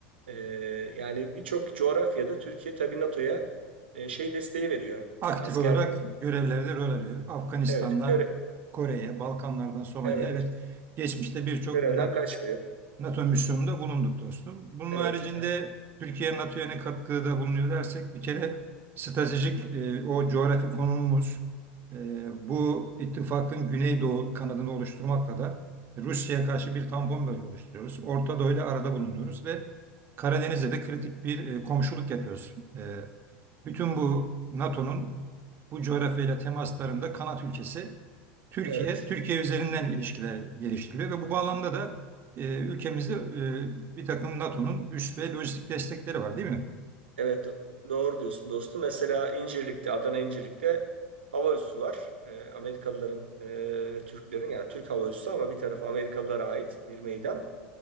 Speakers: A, on the right; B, on the right.
A: e, yani birçok coğrafyada Türkiye tabii NATO'ya e, şey desteği veriyor.
B: Aktif
A: Asker
B: olarak görevlerde rol alıyor. Afganistan'dan
A: evet göre,
B: Kore'ye, Balkanlardan Somali'ye
A: evet
B: evet geçmişte birçok
A: Görevden kaçmıyor.
B: NATO misyonunda bulunduk dostum. Bunun
A: Evet.
B: haricinde
A: Evet.
B: Türkiye NATO'ya ne katkıda bulunuyor dersek bir kere stratejik e, o coğrafi konumumuz e, bu ittifakın Güneydoğu kanadını oluşturmakla da Rusya'ya karşı bir tampon bölge oluşturuyoruz. Orta Doğu ile arada bulunuyoruz ve Karadeniz'de de kritik bir e, komşuluk yapıyoruz. E, bütün bu NATO'nun bu coğrafyayla temaslarında kanat ülkesi Türkiye,
A: Evet.
B: Türkiye üzerinden ilişkiler geliştiriliyor ve bu bağlamda da e, ülkemizde e, bir takım NATO'nun üs ve lojistik destekleri var değil mi?
A: Evet. Doğru diyorsun dostum. Mesela İncirlik'te, Adana İncirlik'te hava üssü var. Ee, Amerikalıların e, ve Türklerin yani Türk hava üssü ama bir tarafı Amerikalılara ait bir meydan.